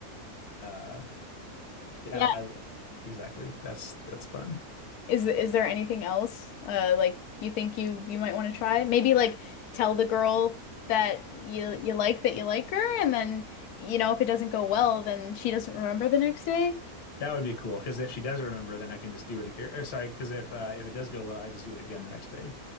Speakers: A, on the left (about 45°); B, on the left (about 85°).
A: Uh, yeah,
B: Yeah.
A: I exactly. That's that's fun.
B: Is is there anything else uh like you think you you might want to try? Maybe like tell the girl that you you like that you like her and then you know if it doesn't go well then she doesn't remember the next day.
A: That would be cool because if she does remember, then I can just do it. ag- Or, or sorry, because if uh, if it does go well, I just do it again the next day.